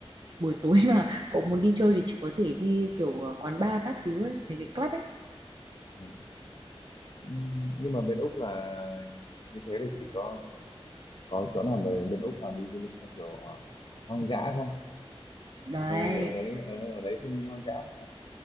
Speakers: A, on the right (about 45°); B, on the left (about 50°).
A: buổi tối <laughs> mà cậu muốn đi chơi thì chỉ có thể đi kiểu ờ, quán bar các thứ ấy, mấy cái club ấy
B: Ừ. Ừm, nhưng mà bên Úc là như thế là chỉ có có chỗ nào về bên Úc mà đi du lịch theo kiểu ờ, hoang dã không
A: đấy
B: ờ, ở đấy ở, ở đấy thiên nhiên hoang dã mà